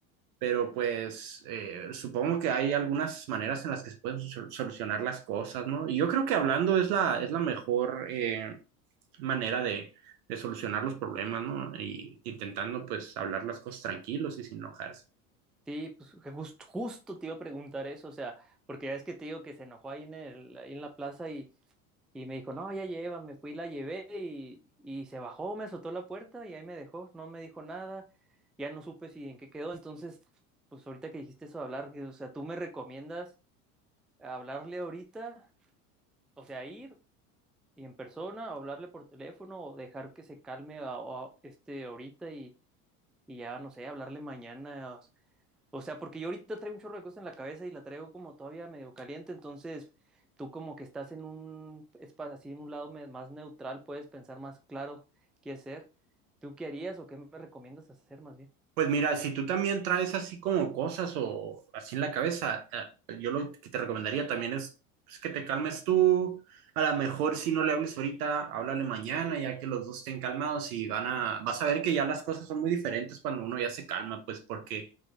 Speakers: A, on the right; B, in the centre.
A: pero pues eh, supongo que hay algunas maneras en las que se pueden sol- solucionar las cosas, ¿no? Y yo creo que hablando es la, es la mejor eh, manera de, de solucionar los problemas, ¿no? Y intentando pues hablar las cosas tranquilos y sin enojarse.
B: sí, pues que jus- justo te iba a preguntar eso, o sea, porque ya es que te digo que se enojó ahí en el, ahí en la plaza Y me dijo, no, ya lleva, me fui, la llevé y, y se bajó, me azotó la puerta y ahí me dejó, no me dijo nada, ya no supe si en qué quedó. Entonces, pues ahorita que dijiste eso de hablar, que, o sea, ¿tú me recomiendas hablarle ahorita? O sea, ir y en persona, o hablarle por teléfono, o dejar que se calme a- a- este ahorita y, y ya, no sé, hablarle mañana. O sea, porque yo ahorita traigo un chorro de cosas en la cabeza y la traigo como todavía medio caliente, entonces tú como que estás en un espacio así, en un lado me- más neutral, puedes pensar más claro qué hacer. ¿Tú qué harías o qué me recomiendas hacer más bien?
A: Pues mira, si tú también traes así como cosas o así en la cabeza, eh, yo lo que te recomendaría también es pues, que te calmes tú. A lo mejor si no le hables ahorita, háblale mañana, ya que los dos estén calmados y van a, vas a ver que ya las cosas son muy diferentes cuando uno ya se calma, pues porque